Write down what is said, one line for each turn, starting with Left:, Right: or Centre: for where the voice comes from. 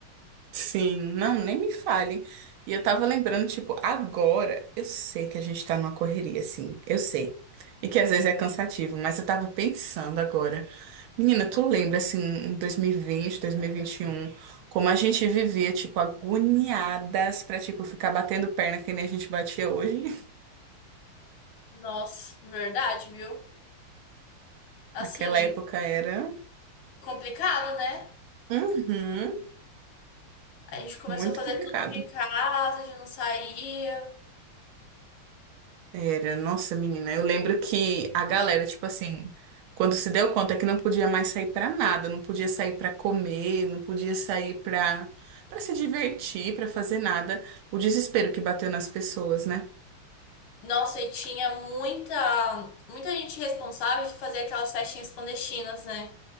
Right: Sim, não, nem me fale. E eu tava lembrando, tipo, agora, eu sei que a gente tá numa correria, assim, eu sei. E que às vezes é cansativo, mas eu tava pensando agora. Menina, tu lembra, assim, em 2020, 2021, como a gente vivia, tipo, agoniadas pra, tipo, ficar batendo perna que nem a gente batia hoje?
Left: Nossa, verdade, viu?
Right: <laughs>
Left: Assim.
Right: Naquela época era,
Left: complicado, né?
Right: uhum,
Left: A gente começou
Right: muito
Left: a fazer
Right: complicado.
Left: tudo de casa, a gente não saía.
Right: Era, nossa, menina, eu lembro que a galera, tipo assim, quando se deu conta que não podia mais sair pra nada, não podia sair pra comer, não podia sair pra para se divertir, pra fazer nada, o desespero que bateu nas pessoas, né?
Left: Nossa, e tinha muita, muita gente responsável que fazia aquelas festinhas clandestinas, né?